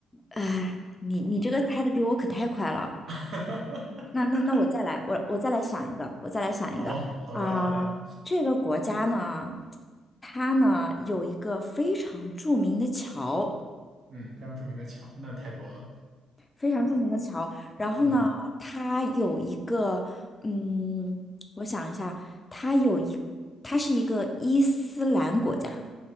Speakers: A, on the left; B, on the right.
A: 哎，你你这个猜的比我可太快了。
B: <laughs>
A: 那那那我再来，我我再来想一个，我再来想一个啊、
B: 好好的好的，
A: 这个国家呢，它呢有一个非常著名的桥。
B: 嗯，非常著名的桥，那太多了。
A: 非常著名的桥。然后呢，
B: 嗯，
A: 它有一个，嗯，我想一下，它有一，它是一个伊斯兰国家。